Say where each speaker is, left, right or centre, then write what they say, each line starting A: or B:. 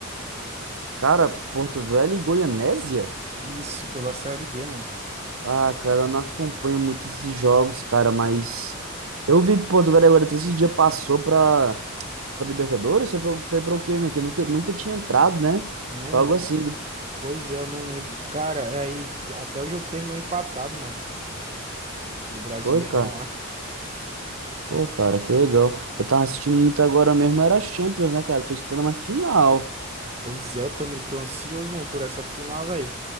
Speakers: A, on the right; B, on the right.
A: Cara, Porto Velho e Goianésia?
B: Isso, pela Série D, mano.
A: Ah, cara, eu não acompanho muito esses jogos, cara, mas eu vi que Porto Velho agora até esse dia passou pra, pra Libertadores. Foi pra, foi pra o quê, meu? Que nunca, nunca tinha entrado, né?
B: Não,
A: Foi algo assim.
B: pois é, eu não lembro. Cara, é aí até o jogo terminou empatado, mano, do Brasileirão
A: Foi, cara.
B: lá.
A: Pô, cara, que legal. Eu tava assistindo muito agora mesmo, era Champions, né, cara? Tô esperando a final.
B: Pois é, eu também tô ansioso, mano, por essa final, velho.